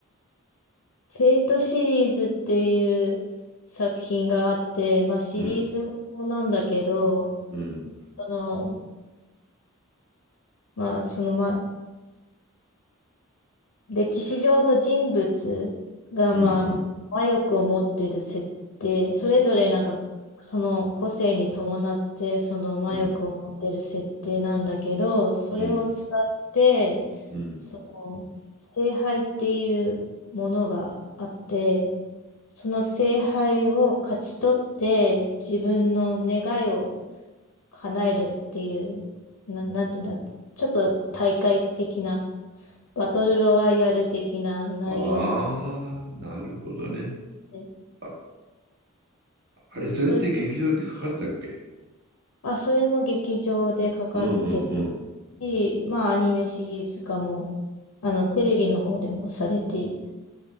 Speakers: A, on the left; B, on the right.
A: フェイトシリーズっていう作品があって、まあ、シリーズものなんだけど、
B: うん、うん、
A: その、まあ、その、ま歴史上の人物が、
B: うん、
A: まあ、
B: うん、
A: 魔力を持ってる設定、それぞれなんか、その個性に伴って、その魔力を持ってる設定なんだけど、
B: うん、
A: それを使って、
B: うん。うん
A: その、聖杯っていうものがあって、その聖杯を勝ち取って、自分の願いを叶えるっていう、な、なんていうんだ、ちょっと大会的なバトルロワイヤル的な内容なの
B: ああ、なるほどね。
A: で、
B: あ、あれ、それって劇場でかかったっけ
A: それ、あ、それも劇場でかかってる
B: うん、うん、
A: し、まあアニメシリーズ化も、あの、テレビの方でもされて